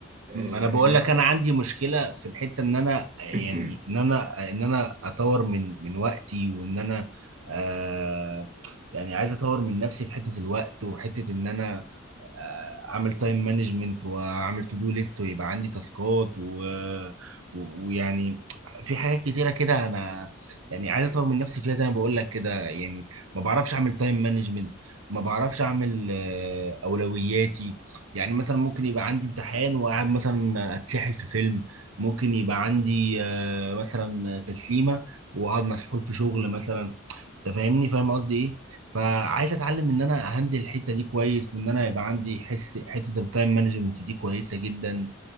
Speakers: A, on the right; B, on the right.
A: آه،
B: ما انا بقول
A: ان انت
B: لك انا عندي مشكله في الحته ان انا يعني
A: <clears throat>
B: ان انا ان انا اطور من من وقتي وان انا آه يعني عايز اطور من نفسي في حته الوقت وحته ان انا آه، اعمل تايم مانجمنت واعمل تو دو ليست ويبقى عندي تاسكات و... و- ويعني في حاجات كتيره كده انا يعني عايز اطور من نفسي فيها زي ما بقول لك كده يعني ما بعرفش اعمل تايم مانجمنت ما بعرفش اعمل آه، اولوياتي يعني مثلا ممكن يبقى عندي امتحان وقاعد مثلا اتسحل في فيلم ممكن يبقى عندي آه، مثلا تسليمه واقعد مسحول في شغل مثلا انت فاهمني فاهم قصدي ايه فعايز اتعلم ان انا اهندل الحته دي كويس وان انا يبقى عندي حس حته التايم مانجمنت دي كويسه جدا